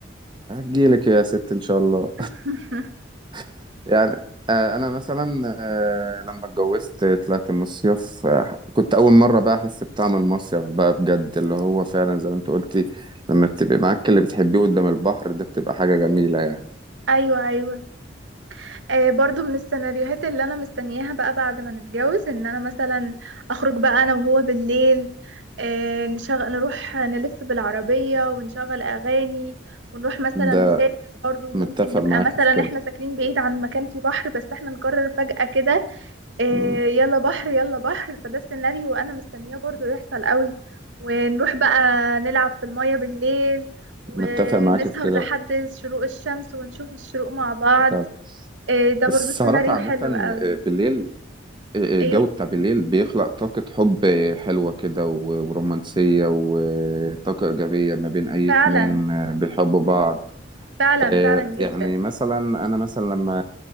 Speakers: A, on the right; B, on the right.
A: هجيلك يا ست ان شاء الله
B: <laughs>
A: <laughs> يعني آه، انا مثلا آه، لما اتجوزت طلعت مصيف آه، كنت اول مره بقى احس بطعم المصيف بقى بجد اللي هو فعلا زي ما انت قلتي لما بتبقي معاك اللي بتحبيه قدام البحر ده بتبقى حاجه جميله يعني
B: ايوه ايوه آه، برضو من السيناريوهات اللي انا مستنياها بقى بعد ما نتجوز ان انا مثلا اخرج بقى انا وهو بالليل آه، نشغل نروح نلف بالعربية ونشغل اغاني ونروح مثلا
A: ده
B: نسافر برضو ممكن
A: متفق
B: نبقى
A: معاك
B: مثلا
A: في كده
B: احنا ساكنين بعيد عن مكان فيه بحر بس احنا نقرر فجأة كده آه،
A: مم،
B: يلا بحر يلا بحر فده السيناريو انا مستنياه برضو يحصل قوي ونروح بقى نلعب في المية بالليل ونسهر
A: متفق معاك في كده
B: لحد شروق الشمس ونشوف الشروق مع بعض
A: فعلا
B: إيه ده برضو
A: السهرات
B: سيناريو
A: عامه
B: حلو
A: آه،
B: قوي
A: بالليل الجو
B: ايه
A: بتاع بالليل بيخلق طاقة حب حلوة كده و- ورومانسية وطاقة إيجابية ما بين أي
B: فعلا
A: اتنين بيحبوا بعض
B: فعلا
A: آه،
B: فعلا جدا
A: يعني مثلا أنا مثلا لما